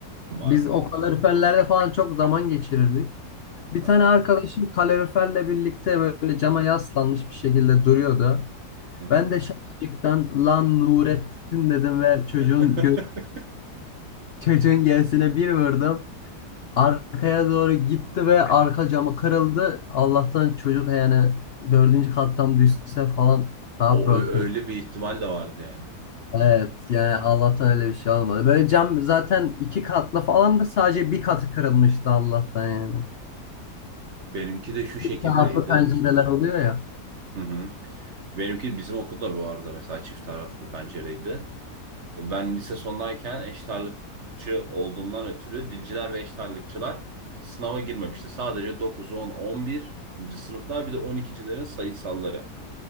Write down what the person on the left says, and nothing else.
Biz o kaloriferlerde falan çok zaman geçirirdik. Bir tane
arkadaşım kaloriferle birlikte böyle cama yaslanmış bir şekilde duruyordu.
Ben de şakacıktan lan Nurettin dedim ve çocuğun
gö çocuğun göğsüne bir vurdum. Arkaya doğru gitti ve arka camı kırıldı. Allah'tan çocuk yani dördüncü kattan düşse falan daha
problem.
Evet yani Allah'tan öyle bir şey olmadı. Böyle cam zaten iki katlı falan da sadece bir katı kırılmıştı Allah'tan yani.
İki taraflı pencereler oluyor ya.